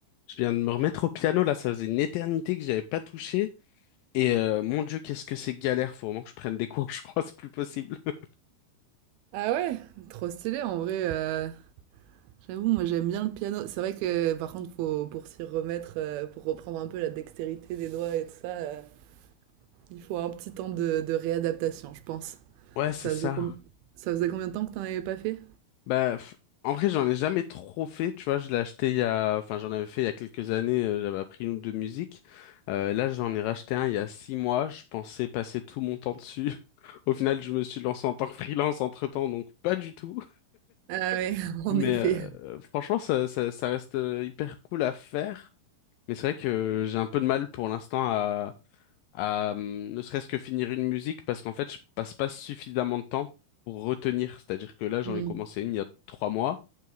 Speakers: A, on the left; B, on the right.
A: Je viens de me remettre au piano là, ça faisait une éternité que j'avais pas touché. Et euh, mon Dieu, qu'est-ce que c'est galère, faut vraiment que je prenne des cours, <laughs> je crois, c'est plus possible. <laughs>
B: Ah ouais, trop stylé en vrai. euh, J'avoue, moi j'aime bien le piano. C'est vrai que par contre, faut, pour s'y remettre, euh, pour reprendre un peu la dextérité des doigts et tout ça, euh, il faut un petit temps de, de réadaptation, je pense.
A: Ouais, c'est
B: Ça
A: ça.
B: faisait, com- ça faisait combien de temps que t'en avais pas fait?
A: Bah, f- en vrai, j'en ai jamais trop fait, tu vois, je l'ai acheté il y a, enfin, j'en avais fait il y a quelques années, euh, j'avais appris une ou deux musiques. Euh, là, j'en ai racheté un il y a six mois, je pensais passer tout mon temps dessus. <laughs> Au final, je me suis lancé en tant que freelance entre-temps, donc pas du tout.
B: Ah ouais, <laughs> en
A: Mais
B: effet.
A: euh, franchement, ça, ça, ça reste euh, hyper cool à faire. Mais c'est vrai que j'ai un peu de mal pour l'instant à à euh, ne serait-ce que finir une musique parce qu'en fait je passe pas suffisamment de temps pour retenir. C'est-à-dire que là j'en
B: Hmm.
A: ai commencé une il y a trois mois.